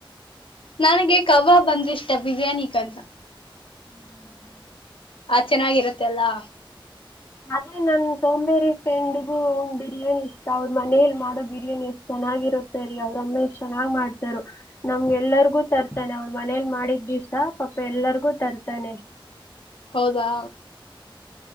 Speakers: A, on the left (about 75°); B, on the left (about 25°).
A: ನನಗೆ ಕಬಾಬ್ ಅಂದ್ರೆ ಇಷ್ಟ ಬಿರಿಯಾನಿಗಿಂತ.
B: ಹ್ಮ್.
A: ಆ ಚೆನ್ನಾಗಿರತ್ತೆ ಅಲ್ಲಾ.
B: ಅದೇ ನನ್ನ ನನ್ನ ಸೋಂಬೇರಿ ಸೆಂಡಿಗೆ. ಬಿರಿಯಾನಿ ಇಷ್ಟ ಅವ್ರ ಮನೇಲಿ ಮಾಡೋ ಬಿರಿಯಾನಿ ಎಷ್ಟ್ ಚೆನ್ನಾಗಿರುತ್ತರೀ ಅವ್ರಮ್ಮೆ ಎಷ್ಟ ಚೆನ್ನಾಗ್ ಮಾಡತಾರೋ ನಮ್ಗೆ ಎಲ್ಲರಿಗೂ ತರ್ತಾನೆ ಅವ್ರ ಮನೇಲಿ ಮಾಡಿದ ದಿವಸ ಎಲ್ಲರಿಗೂ ತರ್ತಾನೆ
A: ಹೌದಾ